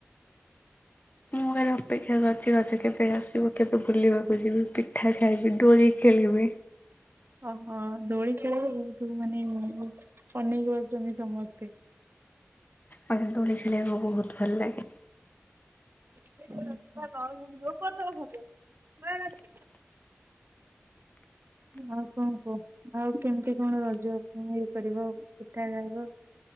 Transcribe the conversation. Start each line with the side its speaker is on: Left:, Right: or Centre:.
Left: ମୁଁ ଖାଲି ଅପେକ୍ଷା କରିଚି ରଜ କେବେ ଆସିବ କେବେ ବୁଲିବାକୁ ଯିବି ପିଠା ଖା ଖାଇବି ଦୋଳି ଖେଳିବି
Right: ହ <inaudible> ଓହ ଦୋଳି ଖେଳ <unintelligible> ମାନେ ଅନେଇକି ବସଚନ୍ତି ସମସ୍ତେ।
Left: ମୋତେ ଦୋଳି ଖେଳିଆକୁ ବହୁତ ଭଲ ଲାଗେ।
Right: <inaudible> ଆଉ କଣ କୁହ। ଆଉ କେମିତି କଣ ରଜ ଇଏ କରିବ ପିଠା ଖାଇବ?